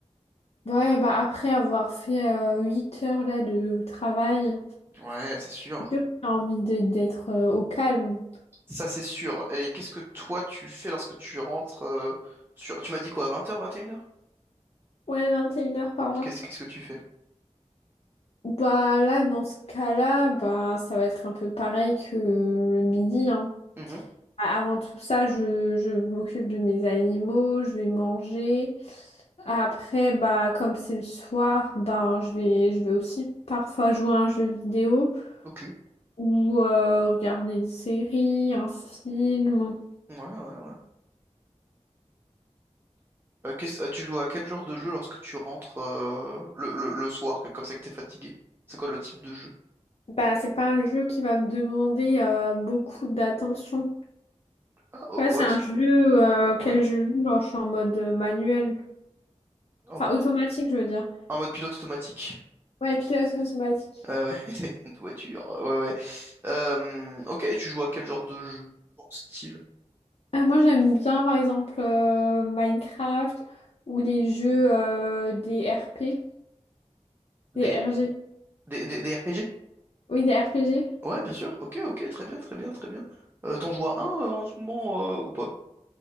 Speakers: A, on the left; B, on the right.
A: Ouais, bah après avoir fait euh, 8 heures là de travail,
B: Ouais, c'est sûr.
A: c'est sûr que t'as envie de- d'être euh, au calme.
B: Ça, c'est sûr. Et qu'est-ce que toi, tu fais lorsque tu rentres euh, sur... Tu m'as dit quoi, Vingt heures vingt et une heures
A: Ouais, 21 heures par là.
B: Qu'est-ce qu'est-ce que tu fais?
A: Bah là, dans ce cas-là, bah ça va être un peu pareil que le midi, hein.
B: Mhm.
A: A- Avant tout ça, je, je m'occupe de mes animaux, je vais manger. Après, bah comme c'est le soir, bah je vais, je vais aussi parfois jouer à un jeu vidéo
B: Ok.
A: ou euh, regarder une série, un film.
B: Ouais, ouais, ouais. Euh, qu'est-ce- euh, tu joues à quel genre de jeu lorsque tu rentres euh, le, le- le soir, comme comme ça que t'es fatigué? C'est quoi le type de jeu?
A: Bah, c'est pas un jeu qui va me demander euh, beaucoup d'attention.
B: Ah, o-
A: Ouais,
B: OS?
A: c'est un jeu euh, auquel
B: Ouais.
A: je joue, genre je suis en mode euh, manuel.
B: En,
A: Enfin, automatique, je veux dire.
B: en mode pilote automatique.
A: Ouais, pilote automatique.
B: Ouais, ouais. <laughs> t'es Une voiture. Ouais, ouais. Euh, ok, tu joues à quel genre de jeu en style?
A: Euh, moi, j'aime bien, par exemple, euh, Minecraft ou les jeux euh, des RP,
B: Des,
A: des RG.
B: des, des, des RPG?
A: Oui, des RPG.
B: Ouais, bien sûr. Ok, ok, très bien, très bien, très bien. Euh, t'en joues à un euh, en ce moment euh, ou pas?